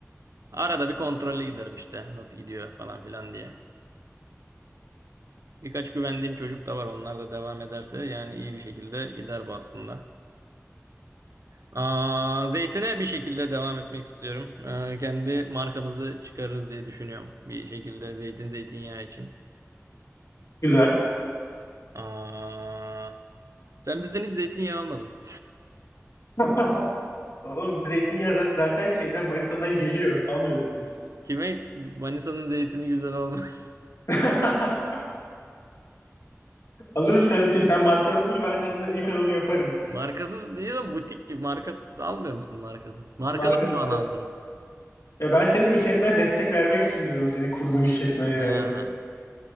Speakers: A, on the right; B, on the left.
A: Arada bir kontrole giderim işte nasıl gidiyor falan filan diye. Birkaç güvendiğim çocuk da var. Onlar da devam ederse yani iyi bir şekilde gider bu aslında. Aa, zeytine bir şekilde devam etmek istiyorum. Ee, kendi markamızı çıkarırız diye düşünüyorum. Bir şekilde zeytin zeytinyağı için.
B: Güzel.
A: Aa, sen bizden hiç zeytinyağı almadın.
B: <laughs> Oğlum zeytinyağı zaten şeyden Manisa'dan geliyor. Almıyoruz biz.
A: <laughs> Kime Manisa'nın zeytini güzel olmaz.
B: <laughs> <laughs> Alırız kardeşim sen markanı kur ben senden ilk adamı yaparım.
A: <laughs> Markasız değil ama butik gibi. Markasız almıyor musun markasız? Markalı
B: Markası.
A: mı şu an aldın?
B: Ya ben senin işletmeye destek vermek için diyorum senin kurduğun işletmeye
A: Ha.
B: yani.